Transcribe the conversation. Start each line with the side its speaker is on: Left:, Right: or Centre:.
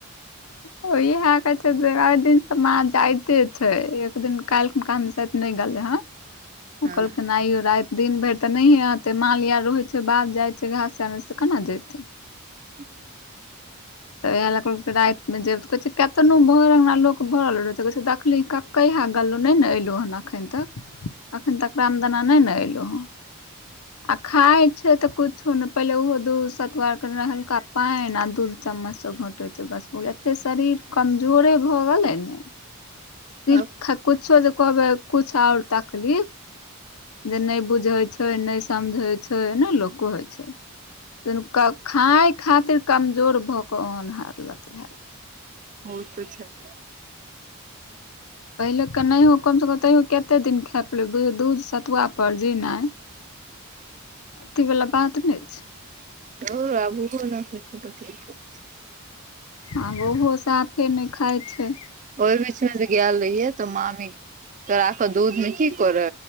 Left: ओ इहे कहै छै जे आय दिनसँ माँ जाइते छै, एक दिन काइल गाम शायद नहि गलै हँ,
Right: हँ
Left: उ कहलखिन आइयो राति दिन भरि तऽ नहिए अतै, माल इ आर रहइ छै, बाध जाइ छै घास आर आनऽ तऽ केना जेतै।
Right: <inaudible>
Left: तऽ इएह लएऽ कहलकय रातिमे जेब, तऽ कहै छैै कतनो भरि अंगना लोक भरल रहै छै, कहै छै दखली क कहिया गलौ नहि न एलौ हन अखैन तक, अखैन तक रामदाना नहि न एलौ हँ। <inaudible> आ खाइ छै तऽ कुछो नहि, पहिले ओहो दूध सतुआर के हल्का पाइन आ दूध चम्मचसँ घोटै छै बस भऽ गेलै, एते शरीर कमजोरे भऽ गेलै ने। सिर्फ
Right: हँ
Left: थक कुछो जे कहबै कुछ आओर तकलीफ। जे नहि बुझै छै, नहि समझै छै, नहि लोक कोहय छै। खाय खातिर कमजोर भऽ कऽ ओहन हारलत भैं गेलै।
Right: ओउ तऽ छैन न।
Left: पहिले क नहियो कम से कम तैयो कते दिन खै खैं पी लै, बुझियों दूध सतुआ पर जिनाइ अथीवला बात नहि छै।
Right: धोउर आब उहो नहि होइ छै तऽ कि करतै।
Left: आब ओहो साफे नहि खाइ छै।
Right: ओय बिच मे जे गेल रहियै तऽ मामी चोरा कऽ दूधमे की करै